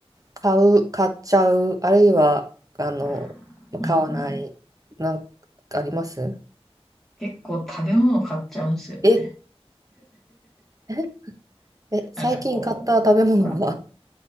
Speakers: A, on the right; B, in the centre.
A: 買う、買っちゃう、あるいは、あの、
B: あ
A: 買わない、
B: ーうんうん、
A: なんかあります
B: 結構食べ物買っちゃうんですよね。
A: え、え、え、最近買った食べ物は
B: なんかこう、